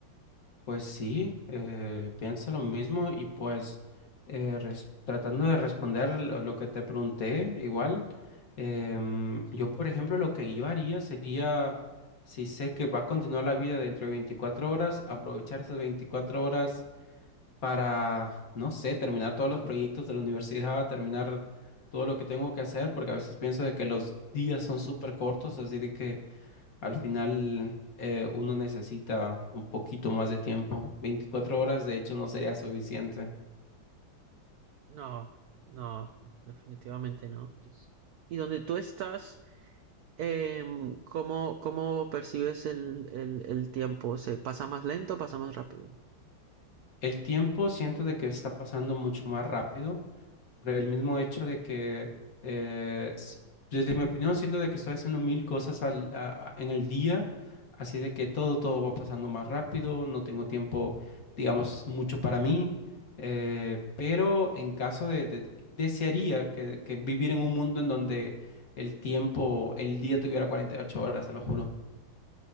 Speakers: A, on the left; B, on the right.
A: Pues sí, eh, pienso lo mismo y pues eh, res- tratando de responder lo, lo que te pregunté, igual, em, yo por ejemplo lo que yo haría sería, si sé que va a continuar la vida dentro de 24 horas, aprovechar esas 24 horas para, no sé, terminar todos los proyectos de la universidad, terminar todo lo que tengo que hacer, porque a veces pienso de que los días son súper cortos, así de que al final, eh, uno necesita un poquito más de tiempo. veinticuatro horas, de hecho, no sería suficiente.
B: No, no, definitivamente no. Y donde tú estás, em, ¿cómo, cómo percibes el, el, el tiempo? ¿Se pasa más lento o pasa más rápido?
A: El tiempo siento de que está pasando mucho más rápido. por el mismo hecho de que, eh, s- desde mi opinión, siento de que estoy haciendo mil cosas al, a- a- en el día, así de que todo, todo va pasando más rápido, no tengo tiempo, digamos, mucho para mí, eh, pero en caso de, de- desearía que, que vivir en un mundo en donde el tiempo, el día tuviera 48 horas, te lo juro.